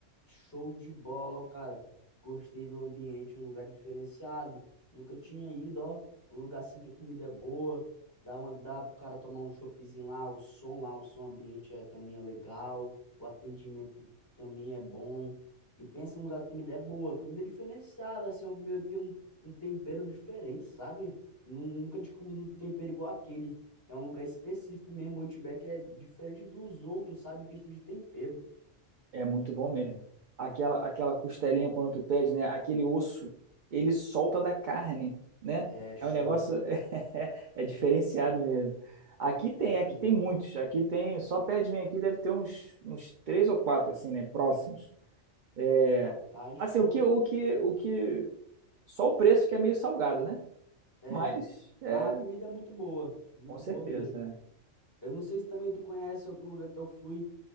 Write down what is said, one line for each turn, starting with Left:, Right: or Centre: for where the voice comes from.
Left: Show de bola, ó, cara. Gostei do ambiente, um lugar diferenciado. Nunca tinha ido, ó. Um lugar assim que a comida é boa. Dá, uma, dá pro cara tomar um choppzinho lá, o som lá, o som ambiente é, também é legal. O atendimento também é bom. E pensa num lugar que a comida é boa, comida é diferenciada, assim, é uma comida que tem um, um tempero diferente, sabe? Nun- Nunca tinha comido um tempero igual aquele. É um lugar específico mesmo, o Outback é diferente dos outros, sabe? Em questão de tempero.
Right: É muito bom mesmo. Aquela, aquela costelinha quando tu pede, né? Aquele osso, ele solta da carne, né?
Left: É show.
Right: É um negócio <laughs> é, diferenciado mesmo. Aqui
Left: Diferente
Right: tem, aqui
Left: mesmo.
Right: tem muitos. Aqui tem, só perto de mim aqui deve ter uns, uns três ou quatro assim, né? Próximos. É,
Left: Rapaz,
Right: Assim,
Left: show,
Right: o que,
Left: hein?
Right: o que, o que, só o preço que é meio salgado, né?
Left: É,
Right: Mas, é,
Left: mas a comida é muito boa, muito
Right: com certeza.
Left: boa mesmo.
Right: é.
Left: Eu não sei se também tu conhece outro lugar que eu fui